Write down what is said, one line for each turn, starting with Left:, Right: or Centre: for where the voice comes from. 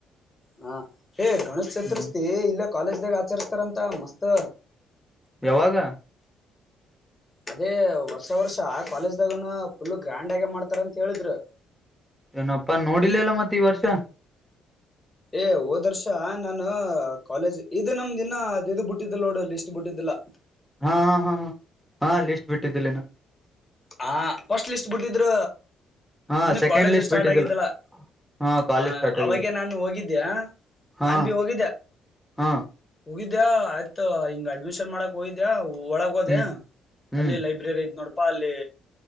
Left: ಹಾ ಹೇ ಗಣೇಶ್ ಚತುರ್ಸ್ಥಿ
Centre: ಹ್ಮ್
Left: ಇಲ್ಲ. ಕಾಲೇಜ್ ದಾಗ ಆಚರಿಸಸ್ತಾರಂತ ಮಸ್ತ್
Centre: ಯಾವಾಗ
Left: ಅದೇ ವರ್ಷ ವರ್ಷ ಆ ಕಾಲೇಜ್ದಾಗನ ಫುಲ್ ಗ್ರ್ಯಾಂಡ್ ಆಗೆ ಮಾಡ್ತಾರ ಅಂತ ಹೇಳಿದ್ರು
Centre: ಇಪ್ಪಾ ನೋಡಿಲ್ಲಲ್ಲ ಮತ್ತೆ ಈ ವರ್ಷ
Left: ಏ ಹೋದ್ ವರ್ಷ ನಾನು ಕಾಲೇಜ್ ಇದು ನಮ್ದ ದಿನ ಅದು ಇ ಬಿಟ್ಟಿದ್ದಲ್ ನೋಡು ಲಿಸ್ಟ್ ಬಿಟ್ಟಿದ್ದ ಇಲ್ಲ
Centre: ಹಾ ಹಾ ಹಾ ಹಾ ಹಾ ಲಿಸ್ಟ ಬಿಟ್ಟಿದ್ದ ನ
Left: ಹ ಫಸ್ಟ್ ಲಿಸ್ಟ್ ಬಿಟ್ಟಿದ್ರ
Centre: ಹಾ
Left: ಇನ್ನು
Centre: ಸೆಕೆಂಡ್
Left: ಕಾಲೇಜು
Centre: ಲಿಸ್ಟ್
Left: ಸ್ಟಾರ್ಟ್
Centre: ಬಿಟ್ಟಿದ್ದಿಲ್ಲ
Left: ಆಗಿದ್ದಲ್ಲ
Centre: ಹಾ ಕಾಲೇಜ್
Left: ಹ
Centre: ಸ್ಟಾರ್ಟ್
Left: ಅವಾಗೆ
Centre: ಆಗಿದೆ
Left: ನಾನು ಹೋಗಿದ್ದ್ಯಾ
Centre: ಹಾ
Left: ನಾನ್ ಭ ಹೋಗಿದ್ದ
Centre: ಹಾ
Left: ಹೋಗಗಿದ್ಯಾ ಆಯ್ತು ಹಿಂಗ ಅಡ್ಮಿಷನ್ ಮಾಡಕ ಹಯ್ದ್ಯಾ ಒಳಗ ಹೋದ
Centre: ಹ್ಮ್ ಹ್ಮ್
Left: ಅಲ್ಲಿ ಲೈಬ್ರರಿ ಐ್ ನೋಡಪಾ ಅಲ್ಲಿ